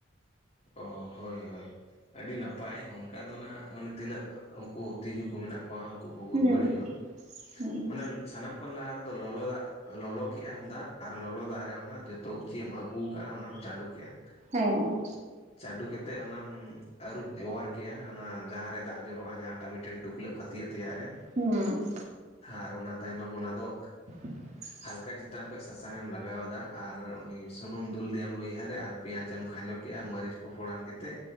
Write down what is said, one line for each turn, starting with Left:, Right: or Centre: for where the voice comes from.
Left: ᱚ ᱦᱳᱭ ᱦᱳᱭ᱾ ᱟᱹᱰᱤ ᱱᱟᱯᱟᱭ ᱚᱱᱠᱟ ᱫᱚ ᱱᱟᱦᱟᱜ ᱢᱟᱱᱮ ᱛᱤᱱᱟᱹᱜ ᱩᱱᱠᱩ ᱛᱤᱡᱩ ᱠᱚ ᱢᱮᱱᱟᱜᱼᱼ ᱩᱱᱠᱩ ᱠᱚ ᱜᱚᱡ
Right: ᱦᱩᱸ
Left: ᱵᱟᱹᱲᱤᱡᱚᱜᱼᱟ
Right: ᱦᱩᱸ
Left: ᱢᱟᱱᱮ ᱥᱟᱱᱟᱢ ᱠᱷᱚᱱ ᱞᱟᱦᱟ ᱨᱮᱫᱚ ᱞᱚᱞᱚ ᱫᱟᱜᱼᱼ ᱞᱚᱞᱚ ᱠᱮᱜ ᱟᱢ ᱫᱟᱜ ᱟᱨ ᱞᱚᱞᱚ ᱫᱟᱜ ᱨᱮ ᱚᱱᱟ ᱡᱚᱛᱚ ᱪᱮᱜ ᱮᱢ ᱟᱹᱜᱩ ᱠᱟᱜᱼᱟ ᱚᱱᱟᱢ ᱪᱟᱰᱳ ᱠᱮᱜᱼᱟ᱾
Right: ᱦᱮᱸ᱾
Left: ᱪᱟᱰᱳ ᱠᱟᱛᱮᱫ ᱚᱱᱟᱢ ᱟᱹᱨᱩᱵ ᱚᱣᱟᱨ ᱠᱮᱜᱼᱟ ᱚᱱᱟ ᱡᱟᱦᱟᱸᱨᱮ ᱫᱟᱜ ᱡᱚᱨᱚᱜᱼᱟ ᱡᱟᱦᱟᱸᱴᱟᱜ ᱢᱤᱫᱴᱮᱱ ᱴᱩᱯᱞᱟᱹᱜᱼᱼ ᱯᱷᱟᱹᱛᱭᱟᱹᱜ ᱛᱮᱭᱟᱜ ᱨᱮ᱾
Right: ᱦᱩᱸ
Left: ᱟᱨ ᱚᱱᱟ ᱛᱟᱭᱱᱚᱢ ᱚᱱᱟ ᱫᱚ,
Right: <inaudible>
Left: ᱦᱟᱞᱠᱟ ᱪᱮᱛᱟᱱ ᱠᱷᱚᱡ ᱥᱟᱥᱟᱝ ᱮᱢ ᱞᱟᱜᱟᱣ ᱟᱫᱟ ᱟᱨ ᱩᱱᱤ ᱥᱩᱱᱩᱢ ᱫᱩᱞ ᱤᱫᱤᱭᱮᱢ ᱞᱩᱭᱦᱟᱹᱨ ᱨᱮ ᱟᱨ ᱯᱮᱸᱭᱟᱡ ᱮᱢ ᱠᱷᱟᱸᱡᱚ ᱠᱮᱫᱮᱜᱼᱟ ᱢᱟᱹᱨᱤᱪ ᱠᱚ ᱯᱷᱳᱲᱟᱱ ᱠᱟᱛᱮᱫ